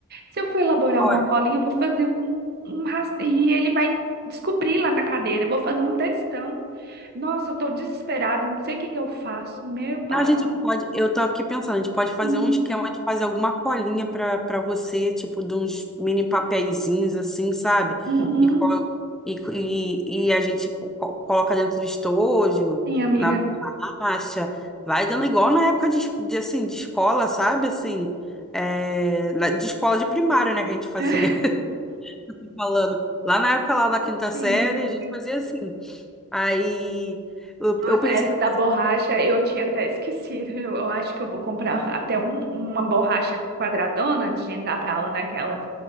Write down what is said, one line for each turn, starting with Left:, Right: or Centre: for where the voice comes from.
Right: Se eu for elaborar
Centre: Olha,
Right: uma colinha, eu vou fazer um, um ras- e ele vai descobrir lá na cadeira. Eu vou fazer um textão. Nossa, eu tô desesperada, não sei o que que eu faço. Meu pai
Centre: não, a gente
Right: amado.
Centre: pode, eu tô aqui pensando, a gente pode fazer
Right: Hum,
Centre: um esquema de fazer alguma colinha para para você, tipo de uns mini papeizinhos assim, sabe?
Right: uhum,
Centre: E, co- e, e, e a gente co- co- coloca dentro do estojo,
Right: sim, amiga.
Centre: na borracha, vai dando igual na época de, es- de, assim, de escola, sabe? Assim, é, lá- de escola de primário, né, que a gente fazia,
Right: <laughs>
Centre: <laughs> falando. Lá na época lá da quinta série,
Right: Sim, amiga.
Centre: a gente fazia assim. Aí eu,
Right: Nossa,
Centre: eu pensei
Right: essa
Centre: em
Right: da
Centre: fazer.
Right: borracha eu tinha até esquecido. Eu, eu acho que eu vou comprar <laughs> até um- uma borracha quadradona antes de entrar pra aula naquela,